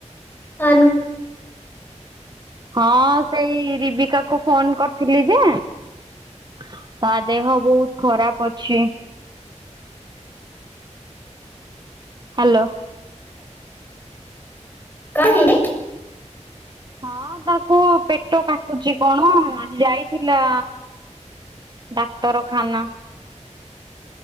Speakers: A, on the left; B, on the right.
A: କନ
B: ହଁ ସେଇ ରିବିକା କୁ ଫୋନ କରି ଥିଲି ଯେ ତା ଦେହ ବହୁତ ଖରାପ ଅଛି। ହ୍ୟାଲୋ।
A: କଣ ହେଇିଚି?
B: ହଁ ତାକୁ ପେଟ କାଟୁଛି କଣ ଆଜି ଯାଇଥିଲା ଡାକ୍ତରଖାନା।